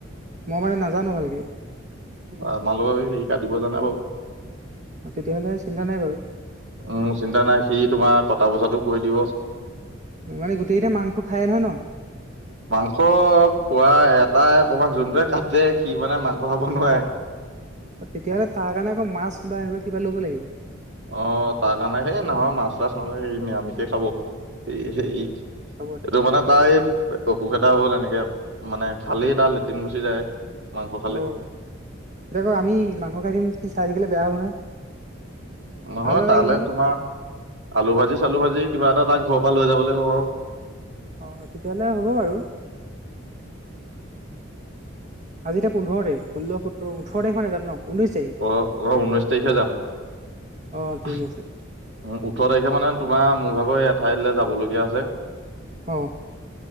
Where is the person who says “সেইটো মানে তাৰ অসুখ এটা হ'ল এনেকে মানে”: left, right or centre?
Right